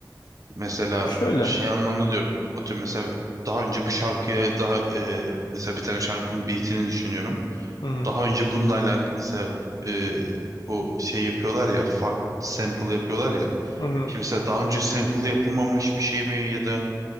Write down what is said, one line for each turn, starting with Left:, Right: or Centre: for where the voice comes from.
Right: Mesela
Left: Şöyle.
Right: şey anlamda diyorum. Atıyorum mesela daha önce bu şarkıyla daha e, mesela bir tane şarkının beatini düşünüyorum.
Left: Hı hı,
Right: Daha önce bununla alakalı mesela e, bu şey yapıyorlar ya farklı sample yapıyorlar ya.
Left: hı hı,
Right: Şimdi mesela daha önce sample yapılmamış bir şey mi ya da